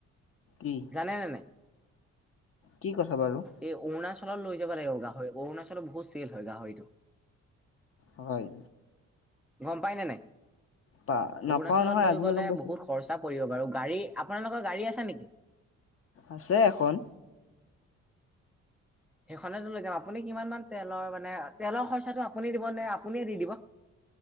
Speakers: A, on the left; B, in the centre.
A: কি?
B: জানে নে নাই?
A: কি কথা বাৰু।
B: এই অৰুণাচলত লৈ যাব লাগিব গাহৰি অৰুণাচলত বহুত চেল হয় গাহৰিটো।
A: হয়।
B: গম পাই নে নাই
A: পা নাপাও
B: অৰুণাচলত
A: নহয়
B: লৈ
A: আজিহে
B: গ'লে
A: গম পাইছো
B: বহুত খৰচা পৰিব বাৰু গাড়ী আপোনালোকৰ গাড়ী আছে নেকি?
A: আছে এখন।
B: সেইখনেতো লৈ যাম আপুনি কিমান মান তেলৰ মানে তেলৰ খৰচাটো আপুনি দিব নে আপুনিয়ে দি দিব।